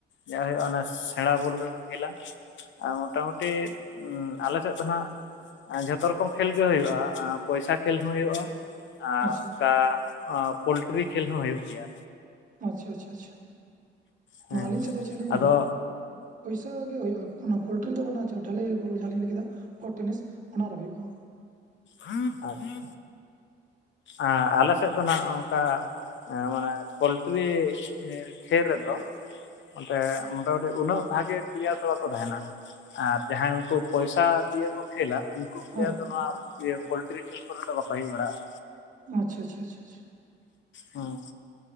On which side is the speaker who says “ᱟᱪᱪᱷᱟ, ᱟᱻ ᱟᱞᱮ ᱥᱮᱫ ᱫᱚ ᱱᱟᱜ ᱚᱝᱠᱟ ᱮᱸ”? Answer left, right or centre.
Left